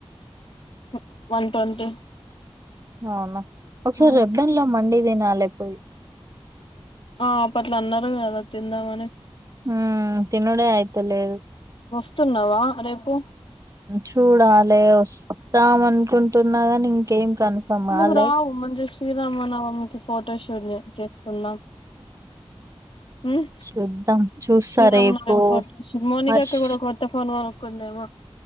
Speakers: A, on the left (about 65°); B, on the right (about 35°).
A: <unintelligible> వన్ ట్వంటీ
B: అవునా ఒకసారి
A: హ్మ్.
B: <unintelligible> లో మండీ తినాలి పోయి
A: ఆ అప్పట్ల అన్నారు కదా తిందామని
B: హూ తినుడే అయితలేదు
A: వత్తున్నావా రేపు
B: చూడాలి వస్తాం అనుకుంటున్నాగానీ ఇంకేం కన్ఫర్మ్
A: ఎందుకు
B: కాలే
A: రావు మంచిగా శ్రీరామనవమికి ఫోటోషూట్ జ్ చేసుకుందాం ఉమ్
B: చూద్దాం చూస్తారేపు
A: శ్రీరామనవమి ఫోటో మోనిక
B: మష్
A: అక్క కూడా కొత్త ఫోన్ కొనుక్కుందేమో